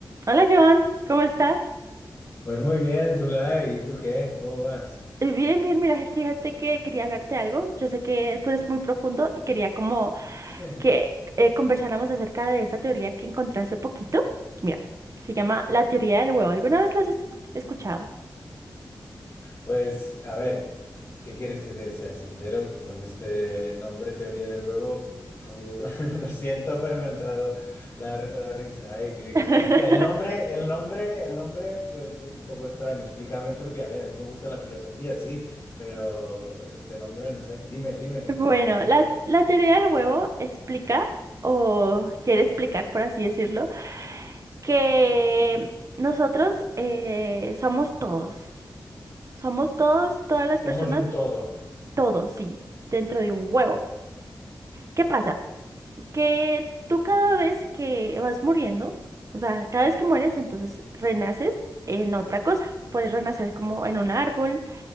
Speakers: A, on the right; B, on the left.
A: Hola Joan, ¿cómo estás?
B: Pues muy bien, Zulay, ¿y tú qué? ¿Cómo vas?
A: Eh, Bien, bien, mira, fíjate que quería hablarte de algo. Yo sé que tú eres muy profundo y quería como
B: <laughs>
A: que eh, conversáramos acerca de esta teoría que encontré hace poquito. Mira, se llama la teoría del huevo. ¿Alguna vez la has es- escuchado?
B: Pues a ver, ¿qué quieres que te sea sincero? Con este nombre, teoría del huevo, pu- <laughs> lo siento, pero me ha entrado la, la risa. Ay, que, que
A: <laughs>
B: es que es- el nombre, el nombre, el nombre, pues un poco extraño. Explícame porque, a ver, a mí me gusta la filosofía, sí, pero este nombre, no sé. Dime, dime,
A: Bueno,
B: ¿de, de qué?
A: la, la teoría del huevo explica, o quiere explicar, por así decirlo, que nosotros eh, somos todos. Somos todos, todas las personas,
B: Somos un todo.
A: todos, sí, dentro de un huevo. ¿Qué pasa? que tú cada vez que vas muriendo, o sea, cada vez que mueres, entonces renaces en otra cosa. Puedes renacer como en un árbol,